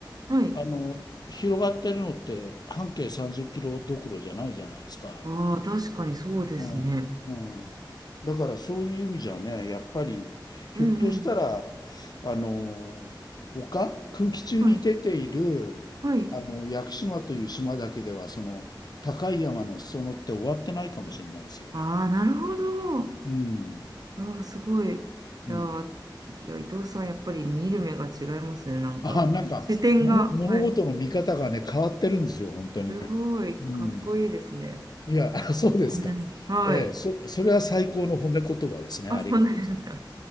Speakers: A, on the right; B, on the left.
A: はい。
B: あの広がってるのって半径30キロどころじゃないじゃないですか。
A: ああ、確かにそうですね。
B: うん。うん。だからそういう意味じゃね、やっぱり、ひょっとしたら、
A: うん
B: あのー、丘、空気中に出ている、
A: うん。はい。はい。
B: あの、屋久島という島だけでは、その、高い山の裾野って終わってないかもしれないですよね。
A: ああ、なるほど。あ
B: うん。
A: あすごい。いやー、
B: うん。
A: いや、伊藤さん、やっぱり見る目が違いますね。なんか、
B: あ、なんか、
A: 視点が。
B: <laughs> もの、物事の見方がね、
A: はい。
B: 変わってるんですよ、本当に。
A: すごい、かっこいいですね。
B: うん。いや、<laughs> あそうですか。
A: うんはい。
B: ええ、そ、それは最高の褒め言葉ですね。
A: あ、
B: ありがとうございます。
A: そうなんですか。